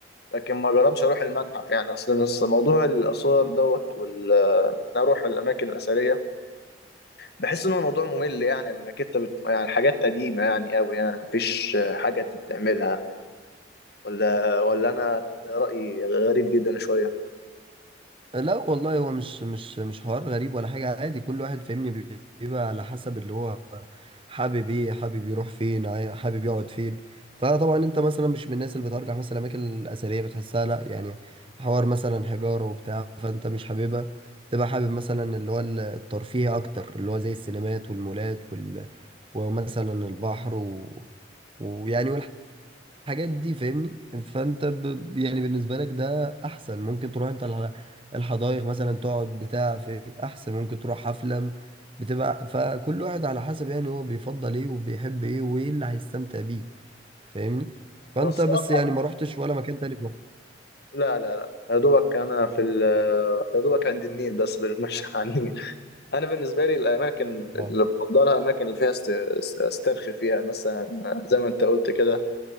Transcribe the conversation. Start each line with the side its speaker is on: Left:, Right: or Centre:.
Left: لكن ما جربتش اروح المتحف يعني اصلا أصل نص- موضوع الاثار دوت وال إن اروح الاماكن الاثريه بحس ان الموضوع ممل يعني انك انت بت... يعني حاجات قديمه يعني قوي يعني مفيش حاجه انت بتعملها ولا ولا انا رايي غريب جدا شويه
Right: لا والله هو مش مش مش حوار غريب ولا حاجة عادي كل واحد فاهمني بيبقى على حسب اللي هو حابب ايه حابب يروح فين عاي- حابب يقعد فين فطبعا انت مثلا مش من الناس اللي بترجع مثلا الاماكن الاثرية بتحسها لا يعني حوار مثلا حجارة وبتاع فانت مش حاببها تبقى حابب مثلا اللي هو ال- الترفيه اكتر اللي هو زي السينمات والمولات وال... ومثلا البحر و... ويعني الحاجات دي فاهمني فانت ب... يعني بالنسبه لك ده احسن ممكن تروح انت الح- الحدائق مثلا تقعد بتاع في احسن ممكن تروح حفله بتبقى فكل واحد على حسب يعني هو بيفضل ايه وبيحب ايه وايه اللي هيستمتع بيه فاهمني فانت
Left: انا الصراحه
Right: بس يعني ما رحتش ولا مكان تاني في مصر
Left: لا لا لا يا دوبك انا في ال يا دوبك عند النيل بس بنتمشى على النيل انا بالنسبه لي الاماكن اللي
Right: اه
Left: بفضلها الاماكن اللي فيها است- است- استرخي فيها مثلا زي ما انت قلت كده